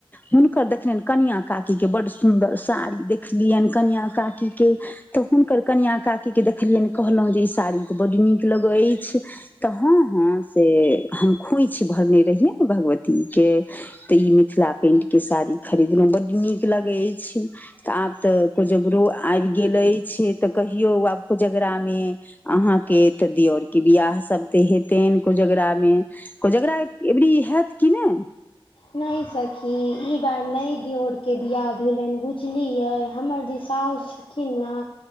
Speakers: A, on the left; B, on the left.
A: हुनकर देखलियनि कनिया काकी के बड सुंदर साड़ी देखलियनि कनिया काकी के तऽ हुनकर कनिआँ काकीके देखलियनि कहलहु जे ई साड़ी तऽ बड्ड नीक लगै अइछ। तऽ हँ हँ से हम खोइछ भरने रहियै ने भगवती के तऽ ई मिथिला पेंट के साड़ी खरीदलहुँ बड्ड नीक लगै अइछ। तऽ आब तऽ कोजगरो आबि गेल अइछ तऽ कहियो आब कोजगरा मे अहाँ के तऽ दियौर के बियाह सब त हेतैन। कोजगरा मे कोजगरा अइबेरी हैत कि नै।
B: नैय सखी ई बार नै दियोर के बियाह भेलनि बुझ लियै हमर जे साउस छथिन ना